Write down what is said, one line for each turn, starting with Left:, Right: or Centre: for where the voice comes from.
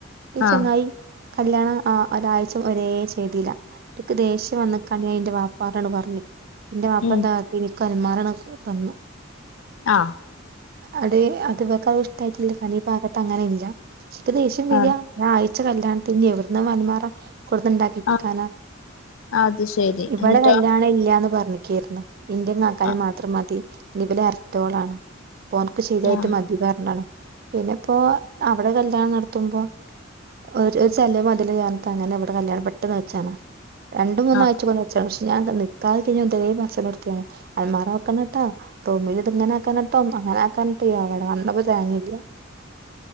Right: ഈ
Left: ആഹ്
Right: ചങ്ങായി കല്യാണം ആ ഒരാഴ്ച ഒരേ ചെയ്തീല്ല ഇന്ക് ദേഷ്യം വന്നക്കാണ്യേ ഇന്റെ വാപ്പാ താണ്ട് പറഞ്ഞ് ഇന്റെ വാപ്പന്താക്കിയെ
Left: ഉം
Right: അല്മാറ ആണ് തന്നു
Left: ആഹ
Right: അത് അത് ഇവക്ക് അഹ് ഇഷ്ട്ടായിട്ടില്ല്യ അത് ഈ ഭാഗത്ത് അങ്ങനെ ഇല്ല ഇന്ക് ദേഷ്യം വരാ
Left: ആഹ്
Right: ഞാ കല്യാണത്ത്ന്റയോ എവിട്ന്നാ അല്മാറ കൊടുത്ത്ണ്ടാക്കിപ്പിക്കാന
Left: ആഹ് അത് ശരി
Right: ഇവിടെ
Left: എന്നിട്ടോ
Right: കല്യാണല്ലാന്ന് പറഞ്ഞു കുളിക്ക്യാരുന്നു ഇന്റിം കാക്കാന്റിം
Left: ആഹ്
Right: മാത്രം മതി ഇവല് അർതോളാണ് അപ്പോ ഓൻക്ക് ശീലയിട്ട്
Left: ആഹ്
Right: മതി പറഞ്ഞാണ് പിന്നെ ഇപ്പോ അവിടെ കല് കല്ല്യാ നടത്തുമ്പോ ഒരു ചെലവ് മതിലെ ഞാൻ അങ്ങനെ ഇവിടെ കല്ല്യാണം പെട്ടെന്ന് വെച്ചാണ് രണ്ട് മൂന്ന്
Left: ആഹ്
Right: ആഴ്ച പറഞ്ഞ് വെച്ചാണ് ഞാൻ ത നിക്കാഹ് കഴിഞ്ഞ ഇതരേ പറച്ചിലോടുത്തിയാണ് അലമാറ ആക്കണട്ടോ റൂമിൽ ഇത് ഇങ്ങനെ ആക്കണ ട്ടോ അങ്ങനെ ആക്കന്ട്ടോ എവടെ വന്നപ്പോ ഒരു തേങ്ങീല്ല്യാ